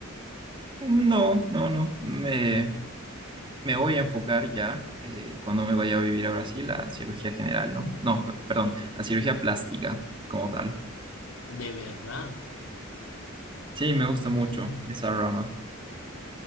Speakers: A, on the right; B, on the left.
A: No, no, no. Me, me voy a enfocar ya eh, cuando me vaya a vivir a Brasil a cirugía general, ¿no? No, p- perdón, a cirugía plástica como tal.
B: De verdad.
A: Sí,
B: Mm.
A: me gusta mucho esa rama.